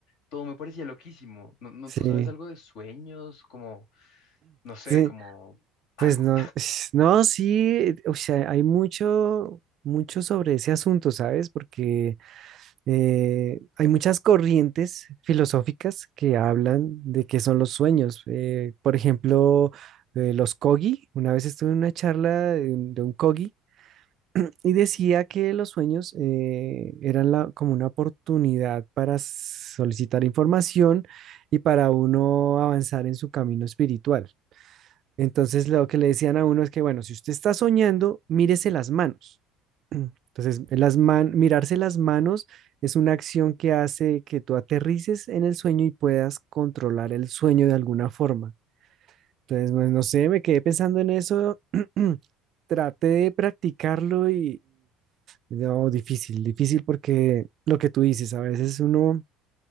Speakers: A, on the left; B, on the right.
A: todo me parecía loquísimo. No, no,
B: sí,
A: ¿tú sabes algo de sueños? Como, no sé,
B: sí.
A: como algo.
B: Pues no, <sighs> no, sí, o sea, hay mucho, mucho sobre ese asunto, ¿sabes? Porque eh, hay muchas corrientes filosóficas que hablan de qué son los sueños. Eh, por ejemplo, eh, los Kogi, una vez estuve en una charla de un de un Kogi Y decía que los sueños eh, eran la- como una oportunidad para solicitar información y para uno avanzar en su camino espiritual. Entonces lo que le decían a uno es que, bueno, si usted está soñando, mírese las manos. <clears throat> Entonces, las man- mirarse las manos es una acción que hace que tú aterrices en el sueño y puedas controlar el sueño de alguna forma. Entonces, pues, no sé, me quedé pensando en eso, <clears throat> traté de practicarlo y, y no, difícil, difícil porque lo que tú dices, a veces uno,